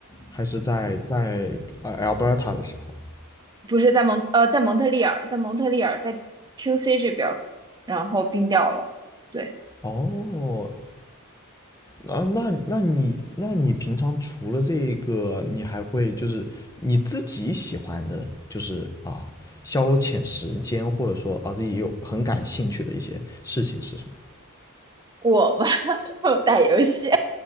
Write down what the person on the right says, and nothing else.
不是在蒙呃在蒙特利尔，在蒙特利尔在 QC 这边儿，然后冰掉了。对，
我吧，<laughs> 我打游戏，